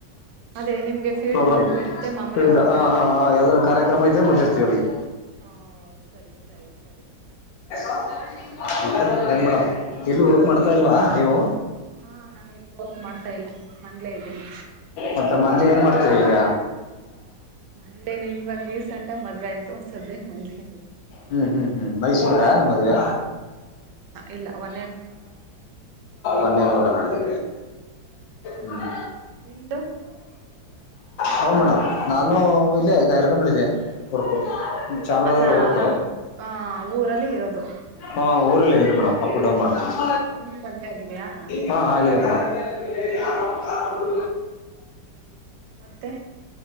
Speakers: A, on the right; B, on the left.
A: ಅದೇ ನಿಮ್ಗೆ ಫೀಲ್ಡ್
B: ಪ್ರೋಗ್ರಾಮ್
A: ವರ್ಕು ಇರುತ್ತೆ ಮಾಮೂಲಿ
B: ಫೀಲ್ಡ್
A: ವರ್ಕು
B: ಆ
A: ಇರುತ್ತೆ
B: ಯಾವ್ದಾದ್ ಕಾರ್ಯಕ್ರಮ ಐತೆ ಮುಂದೆಲ್ಡ್ಗೆ
A: ಹ ಸರಿ ಸರಿ ಸರಿ
B: ಮತ್ತೆ
A: ಹಾಗಾದ್ರೆ
B: ಏನು ಮೇಡಮ್ ಎಲ್ಲೂ ವರ್ಕ್
A: ಹಾ
B: ಮಾಡ್ತಾ ಇಲ್ವಾ ನೀವು
A: ಹಾ ನಾನ ಎಲ್ಲೂ ವರ್ಕ್ ಮಾಡ್ತಾ ಇಲ್ಲ ಮಂದ್ಲೇ ಇದ್ದೀನಿ
B: ಮತ್ತೆ ಮನೆ ಏನ್ ಮಾಡ್ತೀರಿ ಈಗ
A: ನಂದೇನು ಇವಾಗ ರೀಸೆಂಟ್ ಆಗ ಮದ್ ಆ ಸದ್ಯ ನಂದೆದನಿ
B: ಹ್ಮ್ ಹ್ಮ್ ಹ್ಮ್ ಮೈಸೂರು ಕ ಮದ್ವವೆ
A: ಇಲ್ಲ ಒ
B: ಒನ್ನೇದೋಡನಡಿ ಹ
A: ನಿಮ್ದು
B: ಹಾಂ ಮೇಡ್ ನಾನು ಇಲ್ಲೇಗೈರಗಂಬಳ ಇದೆ ಊರ್ಕು ಚಾಮರಾಜನಗರ
A: ಅಲ್ಲ
B: ಊರ್ಕ
A: ಹ ಊರಲ್ಲಿ ಇರೋದು
B: ಹಾ ಊರಲ್ಲ ಇದೀನಿ ಮೇಡಮ್ ಅಪ್ ಡೌನ್ ಮಾಡ್ತೀನಿ
A: ಹ ನಿಮ್ ಮದ್ವೆ ಆಗಿದೆಯಾ
B: ಹಾಂ ಹಾಗಿದೆ ಮೇಡಮ್
A: ಹ
B: ಹ್ಮ್
A: ಓಕೆ ಓಕೆ ಮತ್ತೆ